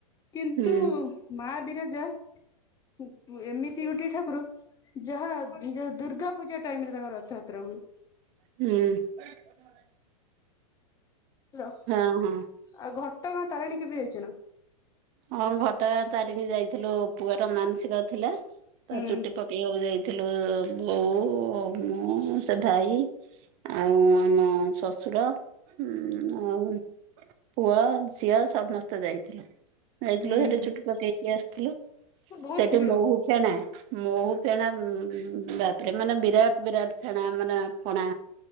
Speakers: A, on the left; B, on the right.
A: କିନ୍ତୁ
B: ହୁଁ ହୁଁ
A: ମା ବିରଜା ଉ, ଏମିତି ଗୋଟିଏ ଠାକୁର ଯାହା ଯୋଉ ଦୁର୍ଗା ପୂଜା ଟାଇମ୍ ରେ ତାଙ୍କର ରଥଯାତ୍ରା ହୁଏ।
B: ହୁଁ।
A: ହେଲୋ
B: ହଁ ହଁ
A: ଆଉ ଘଟଗାଁ ତାରିଣୀ କେବେ ଯାଇଚ ନା?
B: ହଁ ଘଟଗାଁ ତାରିଣୀ ଯାଇଥିଲୁ ପୁଅର ମାନସିକ ଥିଲା।
A: ହୁଁ
B: ତା ଚୁଟି ପକେଇବାକୁ ଯାଇଥିଲୁ। ବୋଉ ମୁଁ ସେ ଭାଇ ଆଉ ଆମ ଶଶୁର ଉଁ ଆଉ ପୁଅ ଝିଅ ସମସ୍ତେ ଯାଇଥିଲେ। ଯାଇଥିଲୁ
A: ହୁଁ
B: ସେଠି ଚୁଟି ପକେଇକି ଆସିଥିଲୁ।
A: ବହୁତ
B: ସେଠି
A: ଭିଡ
B: ମହୁ ଫେଣା ମହୁ ଫେଣା ଉଁ, ବାପରେ ମାନେ ବିରାଟ ବିରାଟ ଫେଣା ମାନେ ଫଣା